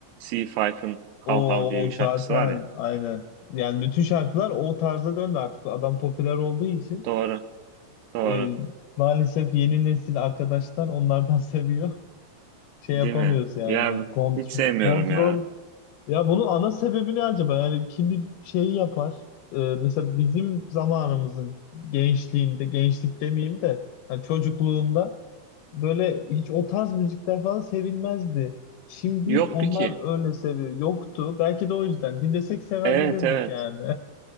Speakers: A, on the right; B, on the left.
A: C5'ın
B: o
A: How How diye
B: o
A: bir
B: zaten
A: şarkısı var ya.
B: aynen. Yani bütün şarkılar o tarza döndü artık. Adam popüler olduğu için
A: Doğru, doğru.
B: e, maalesef yeni nesil arkadaşlar onlardan <laughs> seviyor. Şey
A: Değil
B: yapamıyoruz
A: mi?
B: yani.
A: Ya
B: Kontrol
A: hiç sevmiyorum
B: kontrol
A: ya.
B: Ya bunun ana sebebi ne acaba? Yani kim şeyi yapar? Ee, mesela bizim zamanımızın gençliğinde, gençlik demeyeyim de hani çocukluğunda böyle hiç o tarz müzikler falan sevilmezdi. Şimdi
A: Yoktu
B: onlar
A: ki.
B: öyle seviyor. Yoktu. Belki de o yüzden. Dinlesek sevebilirdik
A: Evet, evet.
B: yani.